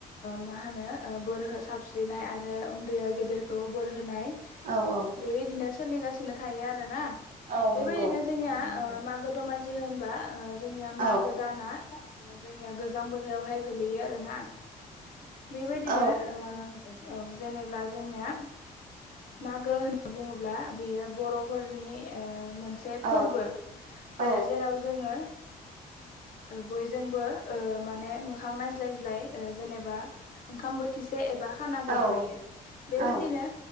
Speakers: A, on the left; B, on the right.
A: मा होनो बोर हो साबस्रिनाय आरो उन्दैया गेदेरखौ बोर होनाय
B: औ औ
A: बेबायदिनो सोलिगासिनो थायो आरोना
B: औ
A: बेबायदिनो
B: नंगौ
A: जोंनिया <unintelligible> <unintelligible> दमासि होनबा जोंनिया
B: औ
A: मागो दाना जोंनिया गोजां बोथोरावहाय गोलैयो आरोना बेबायदिनो
B: औ
A: औ जेनेबा जोंनिया मागो होनना बुङोब्ला बेयो बर'फोरनि मोनसे
B: औ
A: फोरबो <unintelligible>
B: औ
A: जेराव जोङो बयजोंबो माने मोखां नायज्लायज्लाय जेनेबा ओंखाम बोथिसे एबा खाना जादलायो
B: औ
A: बेबायदिनो
B: औ